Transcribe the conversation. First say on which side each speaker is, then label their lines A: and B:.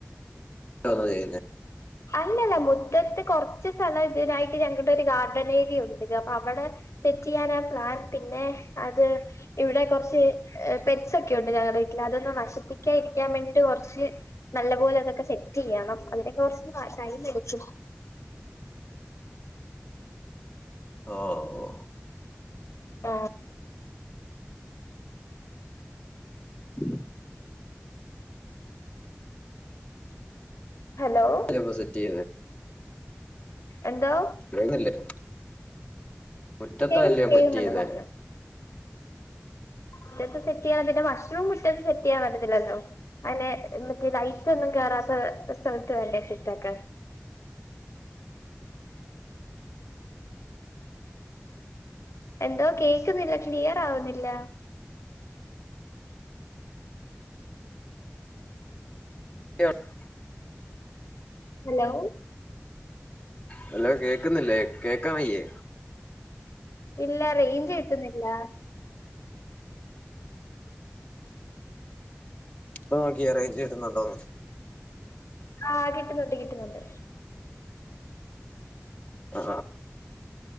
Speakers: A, on the left; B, on the left.
A: തന്നതാ ചെയ്യ്ന്നെ
B: അല്ല അല്ല മുറ്റത്ത് കാെർച്ച് സ്ഥലണ്ട് ഇത്‌നായിട്ട് <unintelligible> ഗാർഡനേരിയയുണ്ട് അപ്പൊ അവടെ സെറ്റെയ്യെനാ പ്ലാൻ പിന്നെ അത് ഇവിടെ കാെർച്ച് പെറ്റ്സാെക്കെ ഉണ്ട് ഞങ്ങെടെ വീട്ടില് അതൊന്നും നശിപ്പിക്ക്യാ ഇരിക്ക്യാം വേണ്ടിട്ട് കൊർച്ച് നല്ല പോലെ അതൊക്കെ സെറ്റ് ചെയ്യണം അതിനോക്കെ കുറച്ച് ടൈം എടുക്കും
A: ഓ ഓ
B: ആ
A: ഉ
B: ഹലോ
A: വേ സേറ്റ്യ്തേ
B: എന്തോ
A: ുന്നില്ലേ മുറ്റത്തല്ലയോ
B: കേക്കുന്നു കേക്കുന്നുണ്ട്
A: പറ്റ ചെയന്നേ
B: പറഞ്ഞോ മുറ്റത്ത് സെറ്റ് ചെയ്യാൻ പിന്നെ മഷ്റൂം മുറ്റത്ത് സെറ്റ് ചെയ്യാൻ പറ്റത്തില്ലല്ലോ അയ്നെ മറ്റേ ലൈറ്റ് ഒന്നും കേറാത്ത സ്ഥലത്ത് വേണ്ടേ സേറ്റ് ആക്കാൻ എന്തോ കേക്കുന്നില്ല ക്ലിയർ ആവുന്നില്ല
A: ട്ട <unintelligible>
B: ഹലോ
A: ഹലോ കേക്കുന്നില്ലേ കേക്കാൻ വയ്യേ
B: ഇല്ല റേഞ്ച് കിട്ടുന്നില്ല
A: ഇപ്പോ നോക്കിയേ റേഞ്ച് കിട്ടുന്നുണ്ടോന്ന്
B: ആഹ് കിട്ടുന്നുണ്ട് കിട്ടുന്നുണ്ട്
A: ആ